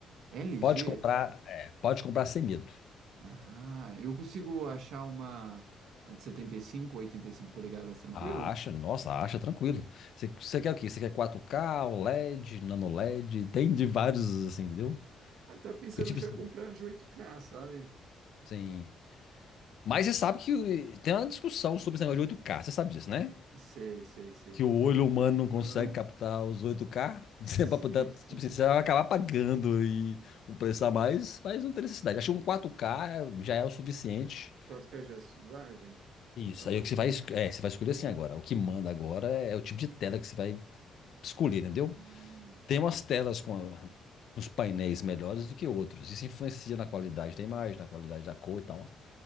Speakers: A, on the right (about 80°); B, on the left (about 65°).
A: LG?
B: Pode comprar, é, pode comprar sem medo.
A: Ah, eu consigo achar uma de 75 ou cinco polegadas tranquila?
B: A Acha, nossa, a Acha, tranquilo. Você você quer o quê? Você quer quatro k OLED, nano LED? Tem de vários, assim, entendeu?
A: Ah, tá pensando
B: Porque, tipo
A: já
B: assim,
A: comprar de oito k sabe?
B: sem... Mas você sabe que tem uma discussão sobre esse negócio de oito k você sabe disso, né?
A: Sei, sei, sei.
B: Que o olho humano não
A: Mano,
B: consegue
A: eu não.
B: captar os oito k <laughs> Você,
A: Sim,
B: pra poder-
A: sim.
B: tipo assim, você vai acabar pagando e um preço a mais, mas não tem necessidade. Acho que um quatro k já é o suficiente.
A: Kotka já suave?
B: Isso,
A: Então.
B: aí o que você vai, es- é, você vai escolher assim agora. O que manda agora é o tipo de tela que você vai escolher,
A: Ah,
B: entendeu? Tem umas telas com a- uns painéis melhores do que outros. Isso influencia na qualidade da imagem, na qualidade da cor e tal.